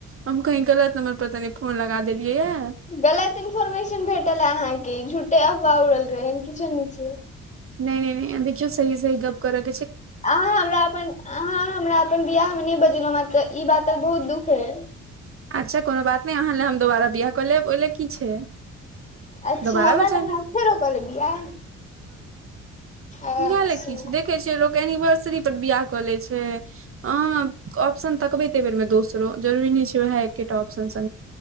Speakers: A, on the right (about 45°); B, on the left (about 25°).
A: हम कही गलत नम्बर पर तनी फोन लगा देलियै य
B: गलत इन्फोर्मेशन भेटल है अहाँके ई झूठे अफवा उड़ल रहे एहन किछो नै छै
A: नहि नहि नहि देखियो सही सह गप करब
B: अहाँ हमरा अपन अहाँ हमरा अपन बियाह मे नहि ब जेलौ आंहा पर इ बातक बहुत दुःख अए
A: अच्छा कोनो बात नहि अहाँ लए हम दोबारा बिआह कऽ लेब ओहि लए की छै
B: अच्छा
A: दोबारा
B: हमरा
A: बजा
B: लेल
A: लेब
B: अहा फ़ेरो क लेब बियाह अच्छा
A: नह ले किछु देख छिय लोक एनिवर्स स्त्री पर बियाह कऽ ले छै अह ऑप्शन तकबे ते बेर में दोसरो जरूरी नहि छै ओहा एकेटा ऑप्शन से